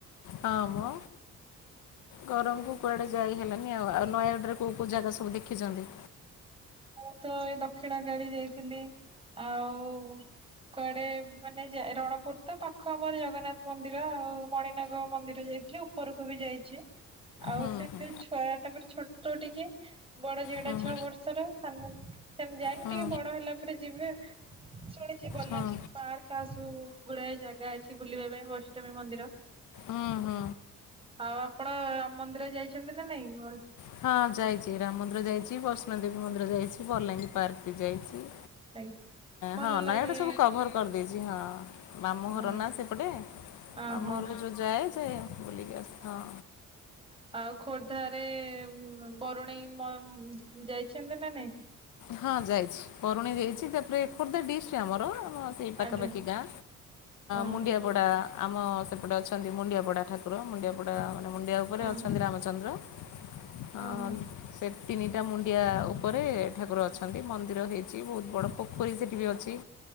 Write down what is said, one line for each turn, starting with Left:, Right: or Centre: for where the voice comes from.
Left: ହଁ ମ ଗରମକୁ କୁଆଡେ ଯାଇ ହେଲାନି। ଆଉ ଆଉ ନୟାଗଡ଼ରେ କୋଉ କଉ ଜାଗା ସବୁ ଦେଖିଛନ୍ତି?
Right: ମୁଁ ତ ଏଇ ଦକ୍ଷିଣ ଗାଡି ଯାଇଥିଲି। ଆଉ କୁଆଡେ ମାନେ ଯାଏ ରଣପୁର ତ ପାଖ ଆମର ଜଗନ୍ନାଥ ମନ୍ଦିର ଆଉ ମଣିନାଗ ମନ୍ଦିର ଜା ଦେଖିଲି ଉପରକୁ ବି ଯାଇଛି। ଆଉ
Left: ହୁଁ
Right: ସେମିତି
Left: ହୁଁ।
Right: ଛୁଆ ଟା ମର ଛୋଟ ଟିକେ ବଡ ଝିଅଟା
Left: ହଁ
Right: ଛଅ
Left: ହଁ
Right: ବର୍ଷର। ସେମ ଯାଇନି
Left: ହଁ
Right: ଟିକେ ବଡ ହେଲା ପରେ ଯିବେ ଆଉ। ଶୁଣିଛି ବଲା
Left: ହଁ
Right: ଗ୍ନିର ପାର୍କ ଆଉ ସବୁ ଗୁଡାଏ ଜାଗା ଅଛି ବୁଲିବା ପାଇଁ ବୈଷ୍ବୀବି ମନ୍ଦିର।
Left: ଓ ହୋ।
Right: ଆଉ ଆପଣ ରାମ ମନ୍ଦିର ଯାଇଛନ୍ତି ନା ନାଇଁ ନୂଆ?
Left: ହଁ ଯାଇଛି ରାମ ମନ୍ଦିର ଯାଇଛି, ବୈଷ୍ଣୋ ଦେବୀ ମନ୍ଦିର ଯାଇଛି, ବଲାଙ୍ଗୀ ପାର୍କ ବି ଯାଇଛି।
Right: ଆଜ୍ଞ ଭଲ
Left: ହଁ
Right: ଲାଗେ।
Left: ନୟାଗଡ଼ ସବୁ କଭର୍ କରିଦେଇଛି ହଁ ମାମୁଁ
Right: ହଁ
Left: ଘର ନା ସେପଟେ।
Right: ଓହୋ
Left: ଆମ ଘରକୁ ଯୋଉ ଯାଏ ଯା ବୁଲିକି ଆସେ ହଁ।
Right: ଆଉ ଖୋର୍ଦ୍ଧାରେ ବରୁଣେଇ ଯାଇଛନ୍ତି ନା ନାଇ?
Left: ହଁ ଯାଇଛି ବରୁଣେଇ ଯାଇଛି ତାପରେ ଖୋର୍ଦ୍ଧା ଡିଶ ଆମର। ସେଇ ପାଖ
Right: ଆଜ୍ଞା
Left: ପାଖି ଗାଁ
Right: ଓହୋ
Left: ମୁଣ୍ଡିଆପଡ଼ା। ଆମ ସେପଟେ ଅଛନ୍ତି ମୁଣ୍ଡିଆପଡ଼ା ଠାକୁର ମୁଣ୍ଡିଆପଡ଼ା ମାନେ ମୁଣ୍ଡିଆ ଉପରେ
Right: ହଁ
Left: ଅଛନ୍ତି ରାମଚନ୍ଦ୍ର। ହ
Right: ହଁ
Left: ସେ ତିନିଟା ମୁଣ୍ଡିଆ ଉପରେ ଠାକୁର ଅଛନ୍ତି, ମନ୍ଦିର ହେଇଛି ବହୁତ ବଡ଼ ପୋଖରୀ ସେଇଠି ବି ଅଛି।